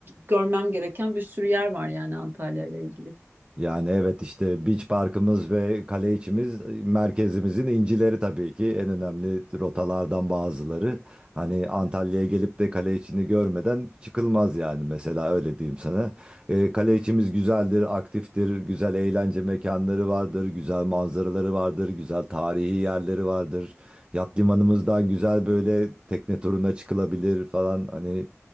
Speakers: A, on the right; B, on the right.
A: görmem gereken bir sürü yer var yani Antalya ile ilgili.
B: Yani evet işte Beach Park'ımız ve kale içimiz merkezimizin incileri tabii ki en önemli rotalardan bazıları. Hani Antalya'ya gelip de kale içini görmeden çıkılmaz yani mesela öyle diyeyim sana. E, kale içimiz güzeldir, aktiftir, güzel eğlence mekanları vardır, güzel manzaraları vardır, güzel tarihi yerleri vardır. Yat limanımızdan güzel böyle tekne turuna çıkılabilir falan hani